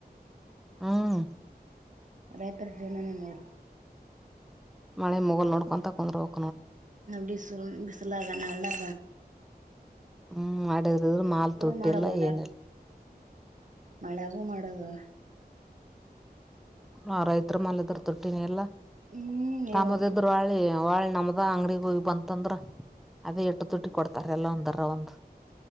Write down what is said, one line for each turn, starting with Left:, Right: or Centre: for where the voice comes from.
Centre: ಹ್ಮ
Right: ರೈತರ ಜೀವನನೇ ನೋಡ
Centre: ಮಳೆ ಮೊಲ್ ನೋಡ್ಕೊಂತ ಕುಂದ್ೋಗ
Right: ಬಿಸಿಲಗ ನಹಳ್ಳಿ
Centre: ಹ್ಮ್ ಅಡಗಿದ್ರ ಮಾಲ್ ತೊಟ್ಟಿಲ್ಲ
Right: ಮಾಡೋದು
Centre: ಏನಿಲ್ಲ
Right: ಮಳೆಗೂ ಮಾಡದು
Centre: ಆ ರೈತ್ರ ಮಲದ್ರ ತೊಟ್ಟಿನಿ ಎಲ್ಲ
Right: ಹ್ಮ್
Centre: ತಮ್ಮದ
Right: ಇವತ್ತು
Centre: ಇದ್ರ ಒಾಳಿ ವಾಳಿ ನಮ್ದ ಅಂಗ್ಡಿಗ್ ಹೋಗಿ ಬಂತಂದ್ರ ಅದೇ ಎಟ್ಟು ತುಟಿ ಕೊಡ್ತಾರ ಎಲ್ಲ ಒಂದರ ಒಂದು